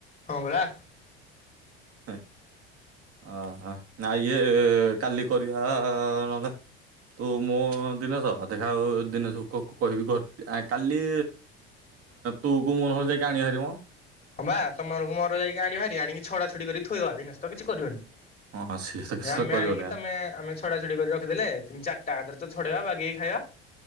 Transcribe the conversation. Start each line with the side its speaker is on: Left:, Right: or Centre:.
Left: ହଁ ପରା।
Right: ହେ ଅ ହାଏ ନାଇଁ ଇଏ କାଲି କରିବା ନହେଲେ। ତୁ ମୁଁ ଦିନେଶ ଦେଖା ଆଉ ଦିନେଶକୁ କହିବି କ କାଲି ତୁକୁ ମୁଁ ନହେଲେ ଆଣିବା ଭାରି ମ।
Left: ହଁ ବା ତମର ମୋର ଯାଇକି ଆଣିବା ଭାରି ଆଣିକି ଛଡ଼ାଛଡ଼ି କରି ଥୋଇଦବା ଦିନେଶ ତ କିଛି କରିବନି।
Right: ହଁ ହଁ, ସିଏ ତ କିଛି
Left: ଆମେ
Right: କରିବନି
Left: ଆଣିକି
Right: ଆ,
Left: ତମେ ଆମେ ଛଡ଼ା ଛଡ଼ି କରି ରଖିଦେଲେ ଚାରିଟା ହାତରେ ଛଡେଇବା ବାଗେଇକି ଖାଇବା।